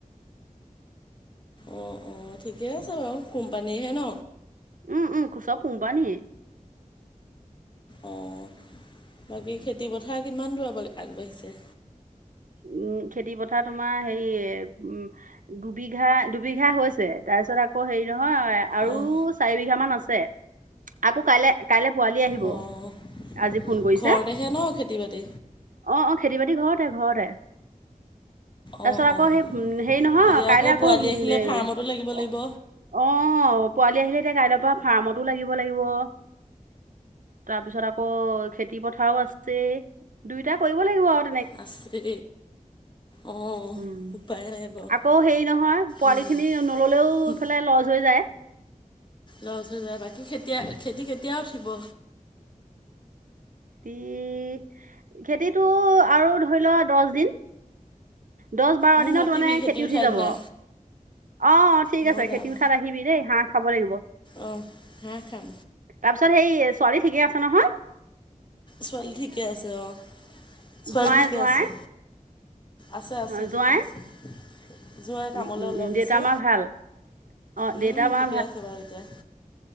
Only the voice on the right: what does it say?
উম' উম' চ ব কোম্পানী এই।
উম খেতি পথাৰ তোমাৰ হেৰি উম দুবিঘা দুবিঘা হৈছে তাৰপিছত আকৌ আকৌ হেৰি নহয় আৰু
চাৰি বিঘা মান আছে আকৌ কাইলে কাইলৈ পোৱালি আহিব
আজি ফোন কৰিছে।
অ',
অ', খেতি বাতি ঘৰতে ঘৰতে। তাৰপিছত
আকৌ
সেই হেৰি নহয়
কাইলে আকৌ
এ
অ', পোৱালি আহিলে এতিয়া কাইলৈৰ পৰা ফাৰ্মতো লাগিব লাগিব। তাৰ পিছত আকৌ খেতি পথাৰও আছে। দুইটা কৰিব লাগিব আউ।
উম,
আকৌ হেৰি নহয় পোৱালি
খিনি নললেও ইফালে লছ হৈ যায়
উম খেতিটো আৰু ধৰিল দশ দিন দশ বাৰ
দিনত
মানে খেতি
উঠি যাব।
অ', ঠিক
আছে।
খেতি উঠাত আহিবি দেই হাঁহ খাব লাগিব।
তাৰপিছত সেই ছোৱালী ঠিকে আছে নহয়?
জোঁৱাই
জোঁৱাই
অ, জোঁৱাই
উম, উম,
উম,
দেউতা মা ভাল অ
দেউতা মা